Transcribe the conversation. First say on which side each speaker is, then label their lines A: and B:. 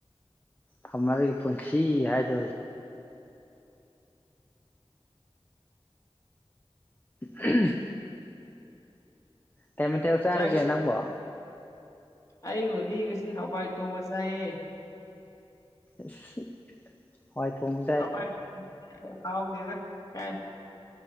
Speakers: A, on the left; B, on the left.
A: ꯐꯥꯝꯃꯔꯒꯤ ꯄꯨꯟꯁꯤ ꯍꯥꯏꯗꯣꯁꯦ ꯎꯝ꯫ ꯀꯩ ꯃꯊꯦꯜ ꯆꯥꯔꯒꯦ
B: ꯆꯥꯛ
A: ꯅꯪꯕꯣ?
B: ꯑꯩꯕꯨꯗꯤ ꯉꯁꯤ ꯍꯋꯥꯏ ꯊꯣꯡꯕ ꯆꯥꯏꯌꯦ꯫
A: ꯎꯁ꯫ ꯍꯋꯥꯏ ꯊꯣꯡꯕ꯫
B: <unintelligible> ꯍꯥꯎꯇꯦꯗ ꯀꯥꯏ꯫